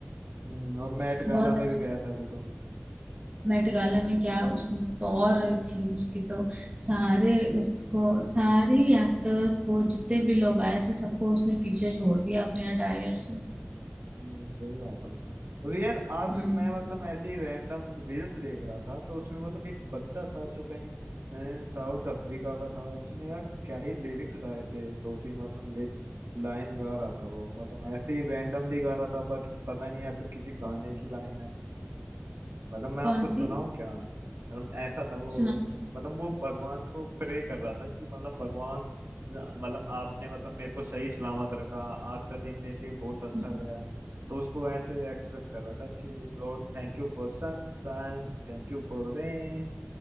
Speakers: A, on the right; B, on the right.
A: हम्म, और मैट
B: बहुत
A: गाला में
B: अच्छा
A: भी गया था अभी तो
B: मेट गाला में क्या उस तौर थी उसकी तो सारे उसको सारे एक्टर्स को जितने भी लोग आए थे सबको उसने पीछे छोड़ दिया अपने अटायर से
A: हम्म, सही बात है और यार आज
B: हम्म
A: मैं मतलब ऐसे ही रैंडम रील्स देख रहा था तो उसमें मतलब एक बच्चा था जो कहीं अ, साउथ अफ्रीका का था उसने यार क्या ही लिरिक्स गाए थे दो तीन मतलब लिरिक लाइन गा रहा था वो मतलब ऐसे ही रैंडमली गा रहा था बट पता नहीं या फिर किसी गाने की लाइन है मतलब मैं
B: कौन
A: आपको सुनाऊं
B: सी
A: क्या मतलब ऐसा था वो
B: सुनाओ
A: मतलब वो भगवान को प्रे कर रहा था कि मतलब भगवान मतलब आपने मतलब मेरे को सही सलामत रखा आज का दिन मेरे लिए बहुत अच्छा
B: हम्म
A: गया तो उसको ऐसे एक्सप्रेस कर रहा था कि Lord thank you for sunshine thank you for rain